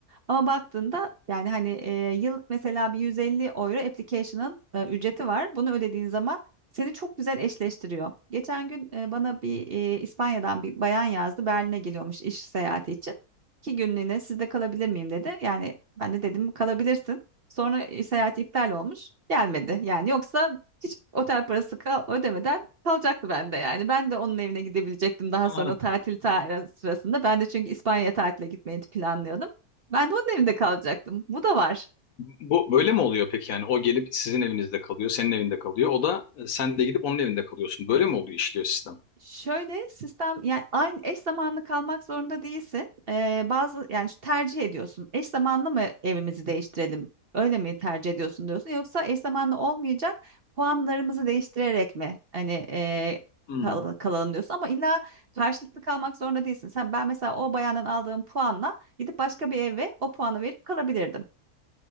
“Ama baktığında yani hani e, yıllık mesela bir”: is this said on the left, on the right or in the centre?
Right